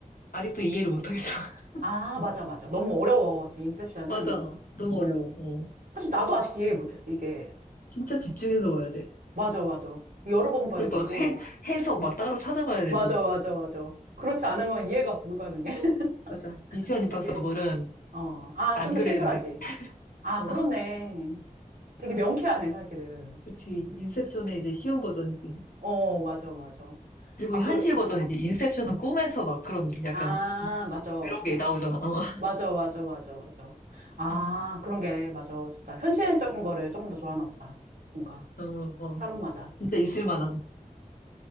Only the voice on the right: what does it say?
아, 맞아, 맞아. 너무 어려워, 제 인셉션은.
어.
사실 나도 아직 이해 못했어, 이게.
맞아, 맞아. 여러 번 봐야
되고.
맞아, 맞아, 맞아. 그렇지 않으면 이해가 불가능해,
<laughs>
이게. 어, 아,
좀 더
심플하지.
아,
그렇네.
되게 명쾌하네, 사실은.
어, 맞아, 맞아.
아,
그럼,
아, 맞아.
맞아, 맞아, 맞아, 맞아. 아,
그런 게, 맞아. 진짜 현실적인 거를 조금 더 좋아하나 보다. 뭔가,
사람마다.